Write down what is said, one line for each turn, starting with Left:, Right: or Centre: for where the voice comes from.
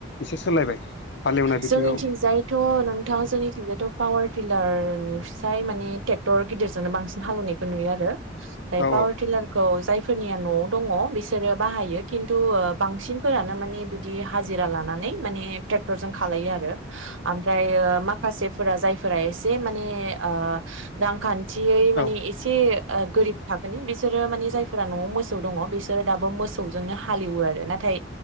Left: एसे सोलायबाय? हालेवनाय बिथिङाव
Right: जोंनिथिंजायथ नोंथां जोंनिथिंजायाथ पावार टिलारनि फिसाय माने ट्रेक्टर गिदिरजोंनो बांसिन हालेवनायखौ नुयो आरो। बे
Left: औ
Right: पावार टिलारखौ जाय फोरनिया न'आव दङ बिसोरो बाहायो खिन्थु बांसिनफोरानो माने बिदि हाजिरा लानानै माने ट्रे क्टरजों खालायो आरो। ओमफ्राय माखासे जायफोरा एसे माने ओ रांखा न्थियै माने
Left: औ
Right: एसे गोरिब थाखोनि बिसोरो माने जायफोरा न'आव मोसौ दङ बिसोरो दाबो मो सौजोंनो हालिएवो आरो नाथाय